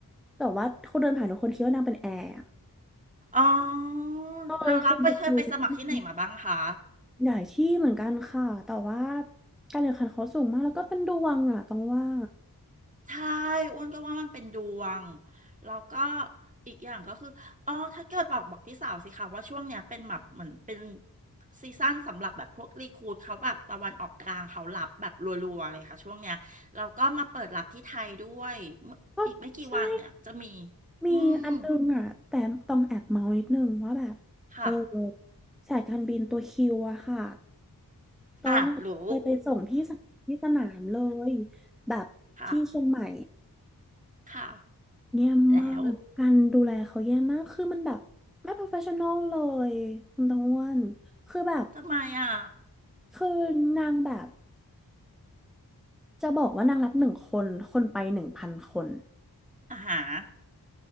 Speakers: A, in the centre; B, on the right.
A: แต่ว่าคนเดินผ่านทุกคนคิดว่านางเป็นแอร์อะ
B: อ๋อ
A: เออคือบุคลิกนาง
B: เราเราไปเคยไปสมัครที่ไหนมาบ้างคะ
A: ใหญ่ที่เหมือนกันค่ะแต่ว่าการแข่งขันเขาสูงมากแล้วก็เป็นดวงอ่ะต้องว่า
B: ใช่อ้วนก็ว่ามันเป็นดวงแล้วก็อีกอย่างก็คืออ๋อถ้าเกิดบอกบอกพี่สาวสิคะว่าช่วงเนี้ยเป็นแบบเหมือนเป็นซีซั่นสำหรับแบบพวกรีครูทเขาแบบตะวันออกกลางเขารับแบบรัวๆเลยค่ะช่วงเนี้ยแล้วก็มาเปิดรับที่ไทยด้วยเมื่ออีกไม่กี่วันเนี่ยจะมี
A: ก็ใช่ มีอันนึงอ่ะแต่ต้องแอบเมานิดนึงว่าแบบเออ
B: อืมค่ะ
A: สายการบินตัวคิวอะค่ะต้องเคยไปส่งพี่สาวที่สนามเลย
B: อ่ะรู้
A: แบบที่เชียงใหม่
B: <laughs> ค่ะค่ะ
A: แย่มากการดูแลเขาแย่มากคือมันแบบไม่
B: แล้ว
A: professional เลยคุณตองอ้วนคือแบบ
B: ทำไมอ่ะ
A: คือนางแบบจะบอกว่านางรับหนึ่งคนคนไปหนึ่งพันคน
B: อาหาร